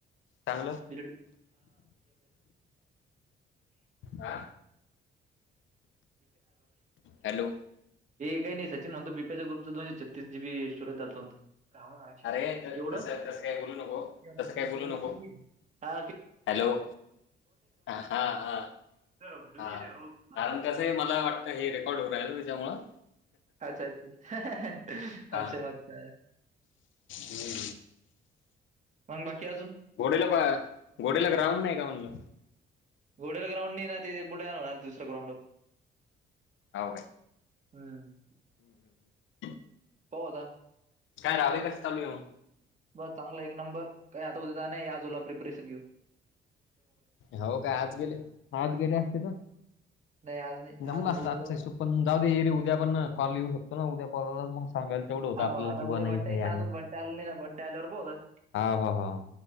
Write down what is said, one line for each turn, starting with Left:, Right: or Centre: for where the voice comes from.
Left: चांगलं?
Right: <unintelligible> <unintelligible> हे
Left: हा. हॅलो
Right: काही नाही सचिन म्हणतो बीपीच्या <unintelligible> छतीस जी बी स्टोरेज चालतो. काओ <unintelligible>
Left: अरे त-
Right: येवढं?
Left: तसं तसं काय
Right: <unintelligible>
Left: बोलू नको
Right: तुमचं
Left: तसं काय बोलू
Right: स्टोरेज
Left: नको
Right: किती आहे? हा
Left: हॅलो हा हा हा
Right: <unintelligible> डुबी
Left: हा
Right: दिले
Left: कारण
Right: रोज माझा डुबी
Left: कसं
Right: दिले
Left: आहे मला वाटतं हे रेकॉर्ड होऊ राहिलं ना त्याच्यामुळं
Right: अच्छा अच्छा, <unintelligible>
Left: हा
Right: मग काय?
Left: हम्म.
Right: मग बाकी अजून
Left: घोडीला पाय
Right: आपण
Left: घोडीला ग्राऊंड नाही का म्हणलं?
Right: घोड्याला ग्राउंड नाही ना ते पुढं होणार दुसऱ्या ग्राऊंडवर
Left: हाव काय?
Right: हम्म.
Left: हम्म हम्म.
Right: पाहू आता?
Left: रावे कसं चालू आहे
Right: ब चांगलं एक नंबर काही आता उद्या जाणंय याजूला प्रिपरेशन घेऊन.
Left: हो काय? आज गेले आज गेले असते तर?
Right: नाही आज नाही
Left: जमला
Right: आज
Left: असता
Right: उद्या
Left: आजचा
Right: जाऊ ना.
Left: हिशोब पण जाऊ दे येरी उद्या पण कॉल येऊ शकतो ना उद्या परवा मग सांगायचं. तेवढं होतं
Right: हा
Left: आपल्याला
Right: आता
Left: की बा
Right: उद्या
Left: नाही
Right: बंटा
Left: काही
Right: येईन
Left: आणि
Right: <unintelligible>
Left: हा हा हा,